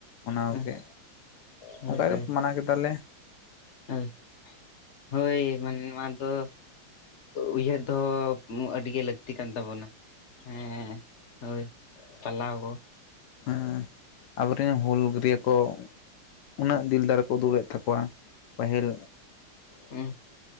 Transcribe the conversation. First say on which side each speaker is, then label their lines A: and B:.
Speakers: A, on the left; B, on the left.
A: ᱚᱱᱟ
B: ᱦᱩᱸ
A: ᱜᱮ᱾
B: ᱦᱳᱭ
A: ᱚᱱᱠᱟ ᱜᱮ
B: ᱦᱳᱭ
A: ᱢᱟᱱᱟᱣ ᱠᱮᱫᱟᱞᱮ᱾
B: ᱦᱳᱭ ᱦᱳᱭ ᱢᱟᱱᱮ ᱱᱚᱣᱟ ᱫᱚ ᱩᱭᱦᱟᱹᱨ ᱫᱚᱦᱚ ᱟᱹᱰᱤ ᱜᱮ ᱞᱟᱹᱠᱛᱤ ᱠᱟᱱ ᱛᱟᱵᱚᱱᱟ᱾ ᱦᱮᱸ ᱦᱳᱭ ᱯᱟᱞᱟᱣ ᱠᱚ᱾
A: ᱦᱮᱸ ᱟᱵᱚᱨᱮᱱ ᱦᱩᱞ ᱞᱟᱹᱭ ᱠᱚ ᱩᱱᱟᱹᱜ ᱫᱤᱞ ᱫᱟᱨᱮ ᱠᱚ ᱩᱫᱩᱞᱮᱫ ᱛᱟᱠᱚᱣᱟ ᱯᱟᱹᱦᱤᱞ
B: ᱦᱮᱸ